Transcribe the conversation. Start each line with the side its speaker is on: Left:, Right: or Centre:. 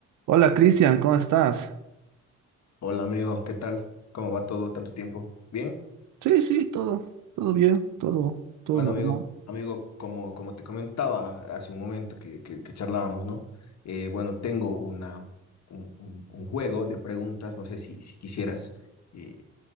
Right: Hola Cristian, ¿cómo estás?
Left: Hola amigo, ¿qué tal? ¿Cómo va todo? ¿Tanto tiempo? ¿Bien?
Right: Sí, sí, todo, todo bien, todo, todo
Left: Bueno
Right: normal.
Left: amigo, amigo, como, como te comentaba hace un momento que, que, que charlábamos, ¿no? Eh, bueno, tengo una, un, un- un juego de preguntas, no sé si, si quisieras eh,